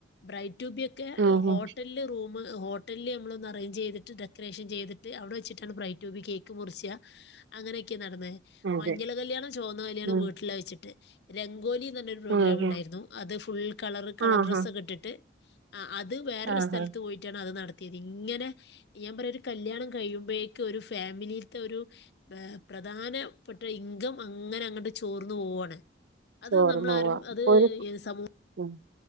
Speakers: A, on the left; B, on the right.
A: ബ്രൈറ്റ് റ്റു ബി ഒക്കെ
B: ആഹാ
A: ഹോട്ടലില് റൂമ് നമ്മ് ഹോട്ടലില് നമ്മള് ഒന്ന് അറേഞ്ച് ചെയ്ത്ട്ട് ഡെക്കറേഷൻ ചെയ്തിട്ട് അവടെ വച്ച്ട്ടാണ് ബ്രൈറ്റ് റ്റു ബി കേക്ക് മുറിച്ചാ അങ്ങനെക്കെ നടന്നത്
B: അതെ
A: മഞ്ഞള കല്യാണം ചോന്ന കല്യാണം
B: ഉം
A: വീട്ടില് വെച്ച്ട്ട് രംഗോലി എന്നൊരു പ്രോഗ്രാമുണ്ടായിരുന്നു
B: ആഹാ
A: അത് ഫുൾകളർ കളർ
B: ആഹാ
A: ഡ്രസ്സെക്കിട്ടിട്ട്- ആഹ് അത് വേറൊരുസ്ഥലത്ത്
B: ആഹാ
A: പോയിറ്റാണ് അത് നടത്ത- തിരിങ്ങനെ ഞാപറയാ ഒരു കല്യാണം കഴിയുമ്പേക്കും ഒരുഫാ- ഫാമിലിത്തെ ഒരു പ്രധാനപ്പെട്ട ഒരു ഇൻകം അങ്ങനെ അങ്ങട്ട് ചോർന്ന് പോവാണ് അത്
B: ചോർന്നു
A: നമ്മളാരും
B: പോവാ
A: അത്
B: ഇപ്പൊ ഒരു
A: ഏത് സമൂഹ-
B: ഉം